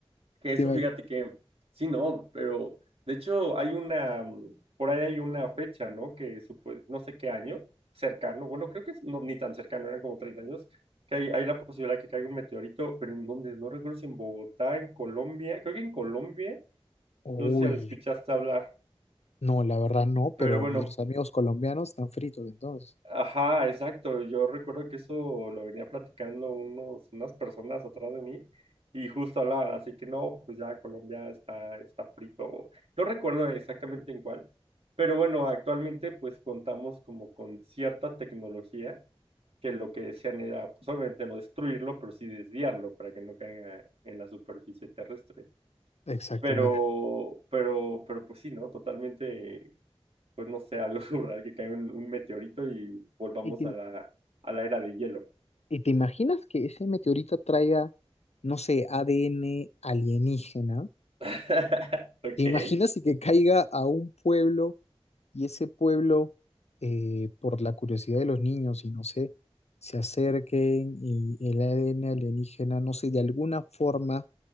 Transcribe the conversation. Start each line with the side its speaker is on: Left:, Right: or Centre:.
Right: Que
Left: ¿Te
Right: eso,
Left: imag-
Right: fíjate que sí, no, pero de hecho hay una, mm, por ahí hay una fecha, ¿no? Que supo- no sé qué año, cercano, bueno, creo que es- no, ni tan cercano, eran como 30 años, que hay, hay la posibilidad de que caiga un meteorito, pero en donde, no recuerdo si en Bogotá, en Colombia, creo que en Colombia,
Left: Uy,
Right: no sé si escuchaste hablar,
Left: No, la verdad no,
Right: pero
Left: pero
Right: bueno,
Left: nuestros amigos colombianos están fritos entonces.
Right: Ajá, exacto. Yo recuerdo que eso lo venía platicando unos, unas personas atrás de mí y justo hablaban, así que no, pues ya Colombia está, está frito. No recuerdo exactamente en cuál, pero bueno, actualmente pues contamos como con cierta tecnología que lo que decían era, pues obviamente no destruirlo, pero sí desviarlo para que no caiga en la superficie terrestre.
Left: Exactamente.
Right: Pero, pero, pero pues sí, ¿no? Totalmente pues no sé, algo <laughs> surreal, que caiga un, un meteorito y volvamos
Left: ¿Y te,
Right: a la, a la era de hielo.
Left: y te imaginas que ese meteorito traiga, no sé, ADN alienígena?
Right: <laughs> Ok,
Left: ¿Te imaginas si que caiga a un pueblo y ese pueblo, eh, por la curiosidad de los niños y no sé, se acerquen y el ADN alienígena, no sé, de alguna forma